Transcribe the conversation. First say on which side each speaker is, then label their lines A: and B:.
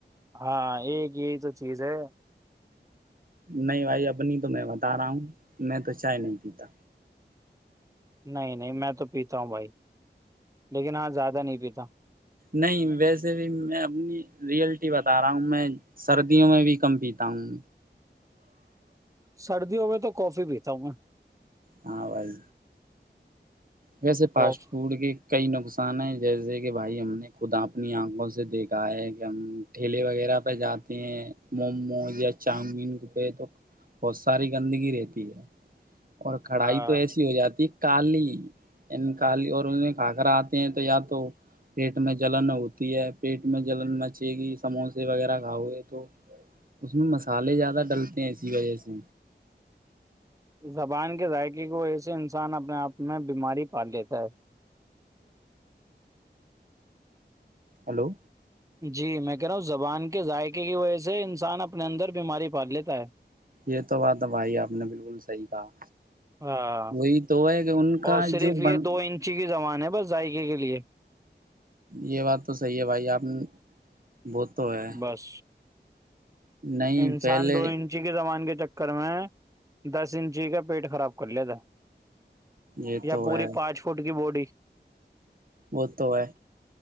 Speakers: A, on the right; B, on the right.
A: ہاں ایک یہی تو چیز ہے
B: نہیں بھائی اپنی تو میں بتا رہا ہوں میں تو چائے نہیں پیتا
A: نہیں نہیں میں تو پیتا ہوں بھائی لیکن ہاں زیادہ نہیں پیتا
B: نہیں ویسے بھی میں اپنی ریئلٹی بتا رہا ہوں میں سردیوں میں بھی کم پیتا ہوں
A: سردیوں میں تو کافی پیتا ہوں میں
B: ہاں بائی ویسے فاسٹ
A: کاف
B: فوڈ کی کئی نقصان ہے جیسے کہ بھائی ہم نے خودا اپنی آنکھوں سے دیکھا ہے کہ ہم ٹھیلے وغیرہ پہ جاتے ہیں موموز یا چاؤمین پہ تو بہت ساری گندگی رہتی ہے اور کھڑھائی
A: ہاں
B: تو ایسی ہو جاتی کالی کالی اور ان میں کھااکرا آتے ہیں تو یا تو پیٹ میں جلن ہوتی ہے پیٹ میں جلن مچے گی سموسے وغیرہ کھاؤئے تو اس میں مسالے زیادہ ڈلتے ہیں اسی وجہ سے
A: زبان کے ذائقے کو ایسے انسان اپنے آپ میں بیماری پار دیتا ہے
B: ہلو
A: جی میں کہہ رہا ہوں زبان کے ذائقے کی وجہ سے انسان اپنے اندر بیماری پال لیتا ہے
B: یہ تو بات ہے بھائی آپ نے بالکل صحی کہا
A: ہاں
B: وہی تو ہے کہ ان کا
A: اور صرف
B: جو
A: یہ
B: بن
A: دو انچی کی زبان بس ذائقے کے لیے
B: یہ بات تو صحیح ہے بھائی آپ نے بہ تو ہے
A: بس
B: نہیں
A: انسان
B: پہلے
A: دو انچی کے زمان کے چکر میں دس انچی کا پیٹ خراب کر لتا
B: یہ
A: یا
B: تو
A: پوری
B: ہے
A: پانچ فٹ کی بوڈی <inaudible>
B: وہ تو ہے